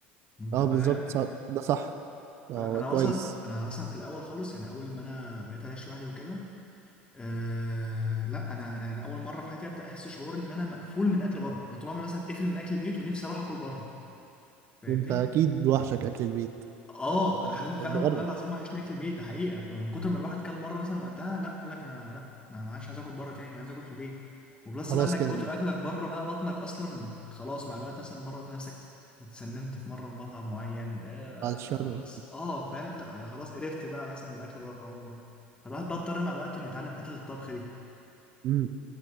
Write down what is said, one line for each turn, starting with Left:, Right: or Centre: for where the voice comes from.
Left: انت
Right: اه
Left: فاهم
Right: بالظبط صح- ده صح اه
Left: فانا
Right: كويس
Left: وصلت انا اصلا في الاول خالص يعني اول ما انا بقيت عايش لوحدي وكده أه لا انا انا أنا اول مره في حياتي ابدا احس شعور ان انا مقفول من اكل بره انا طول عمري مثلا اتقفل من اكل البيت ونفسي اروح اكل بره فاهمني
Right: انت اكيد وحشك اكل البيت
Left: اه انا حلمت فعلا
Right: طب جرب
Left: والله العظيم وحشني اكل البيت ده حقيقه ما من كتر ما الواحد كل بره مثلا وقتها لا قال لك انا لا انا ما عادش عايز اكل بره تاني انا عايز اكل في البيت وبلس
Right: خلاص
Left: بقى انك
Right: كده
Left: كتر
Right: مش
Left: اكلك بره بقى بطنك اصلا بت... خلاص مع الوقت مثلا مره تلاقي نفسك اتسممت في مره من مطعم معين آه
Right: بعد الشر
Left: خلاص اه فاهم انت آه خلاص قرفت بقى مثلا من الاكل بره عموما فالواحد بقى اضطر مع الوقت انه يتعلم حته الطبخ دي
Right: امم